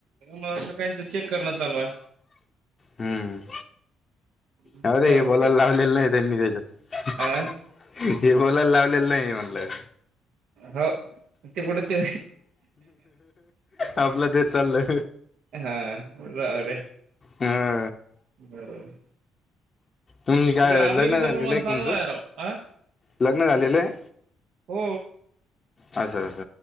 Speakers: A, on the right (about 80°); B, on the left (about 45°).
A: म असं काहींच चेक करणं चालू हाय.
B: हम्म
A: दोन
B: जाऊदे
A: चार
B: हे
A: लोक
B: बोलायला
A: आहेत
B: लावलेलं नाही त्यांनी ह्याच्यात.
A: आ
B: हे बोलायला लावलेलं नाही म्हटलं.
A: हो, ते कुठं ते
B: आपलं तेच चाललं
A: हा, जाऊदे.
B: हा.
A: <unintelligible>
B: तुमी काय
A: तिकडे आद्रकीचं
B: लग्न झालेलं
A: प्रमाण
B: हे काय
A: चांगलं
B: तुमचं?
A: आहे राव आ
B: लग्न झालेलं आहे,
A: हो
B: अस अस.